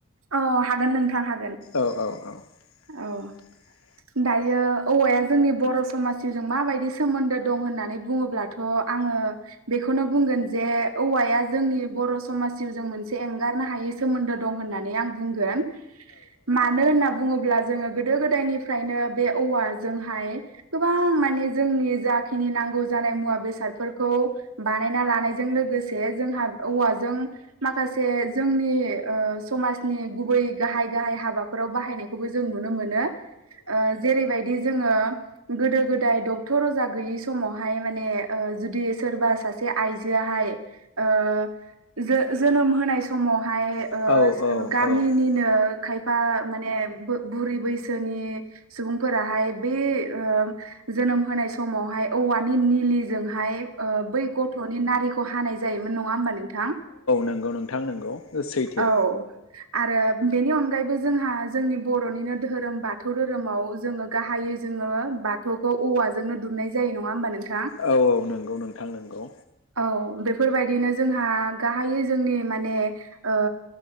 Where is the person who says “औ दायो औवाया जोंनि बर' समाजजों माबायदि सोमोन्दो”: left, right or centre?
Right